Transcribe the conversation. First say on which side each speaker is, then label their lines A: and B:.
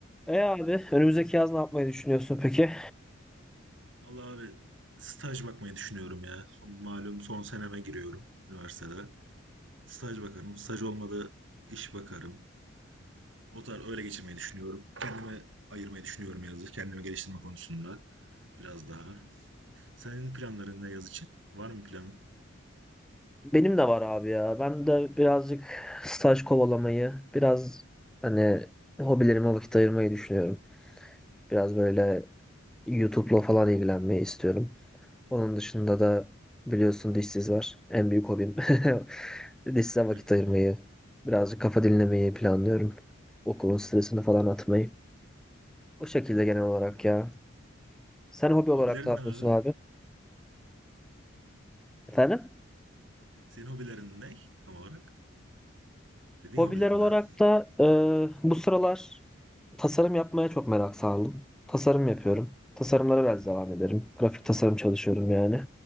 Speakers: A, in the centre; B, on the right.
A: E abi önümüzdeki yaz ne yapmayı düşünüyorsun peki?
B: Vallahi abi staj bakmayı düşünüyorum ya. Son, malum son seneme giriyorum üniversitede. Staj bakarım. Staj olmadı iş bakarım. O tarz öyle geçirmeyi düşünüyorum. Kendime ayırmayı düşünüyorum yazı. Kendimi geliştirme konusunda biraz daha. Senin planların ne yaz için? Var mı planın?
A: Benim de var abi ya. Ben de birazcık staj kovalamayı, biraz hani hobilerime vakit ayırmayı düşünüyorum. Biraz böyle YouTube'la falan ilgilenmeyi istiyorum. Onun dışında da biliyorsun dişsiz var. En büyük hobim. <laughs> Dişsize
B: <laughs>
A: vakit ayırmayı, birazcık kafa dinlemeyi planlıyorum. Okulun stresini falan atmayı. O şekilde genel olarak
B: Anladım.
A: ya. Sen hobi
B: Hobilerin
A: olarak ne yapıyorsun
B: ne abi?
A: abi? Efendim?
B: Senin hobilerin ne tam olarak? Dediğin
A: Hobiler
B: hobilerimde
A: olarak da e, bu sıralar tasarım yapmaya çok merak sardım. Tasarım yapıyorum. Tasarımlara biraz devam ederim. Grafik tasarım çalışıyorum yani.